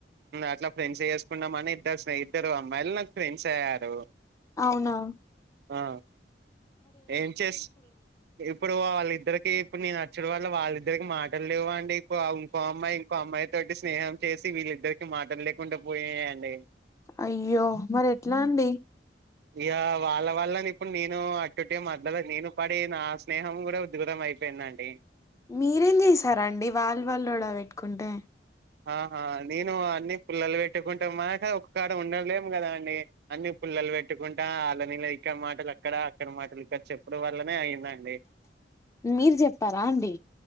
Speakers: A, on the right (about 65°); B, on the left (about 20°).
A: అట్లా ఫ్రెండ్స్ చేసుకున్నామని ఇద్దరు ఇద్దరు అమ్మాయిలు నాకు ఫ్రెండ్స్ అయ్యారు
B: వునా
A: ఆ ఏం చేస్ ఇప్పుడు వాల్ ఇద్దరికి ఇప్పుడు నేను వచ్చుడు వాల్ల వాళ్ళిద్దరికి మాటలు లేవు అండి ఇప్పు ఇంకో అమ్మాయి ఇంకో అమ్మాయి తోటి స్నేహం చేసి వీళ్ళిద్దరికి మాటలు లేకుండా పోయాయండి
B: అయ్యో మరి ఎట్లా అండి
A: ఇగా వాళ్ళ వాళ్లని ఇప్పుడు నేను మధ్యలో నేను పడి నా స్నేహం కూడా దూరం అయిపోయిందండి
B: మీరేం చేసారాండి వాళ్ళు వాళ్ళు గొడవ పెట్టుకుంటే
A: ఆహా నేను అన్ని పుల్లలు పెట్టుకుంటా మాక ఒక్క కాడ ఉండలే కదా అండి అన్ని పుల్లలు పెట్ పెట్టుకుంటా వాలనీళ ఇక్కడ మాటలు అక్కడ అక్కడ మాటలు ఇక్కడ చెప్పుడం వల్లనే అయిదండి
B: మీరు చెప్పారా అండి